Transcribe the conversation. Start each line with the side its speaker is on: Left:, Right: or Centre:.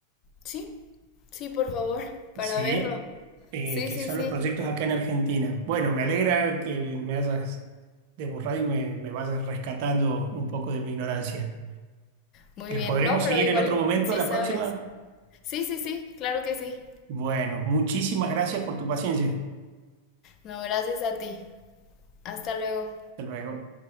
Left: Sí, sí, por favor, para
Right: Sí.
Left: verlo.
Right: eh,
Left: Sí,
Right: que
Left: sí,
Right: son
Left: sí.
Right: los proyectos acá en Argentina. Bueno, me alegra que me hayas deburrado y me, me vayas rescatando un poco de mi ignorancia.
Left: Muy
Right: ¿La
Left: bien,
Right: podremos
Left: no, pero
Right: seguir
Left: igual
Right: en otro momento,
Left: sí
Right: la
Left: sabes.
Right: próxima?
Left: Sí, sí, sí, claro que sí.
Right: Bueno, muchísimas gracias por tu paciencia.
Left: No, gracias a ti. Hasta luego.
Right: Hasta luego.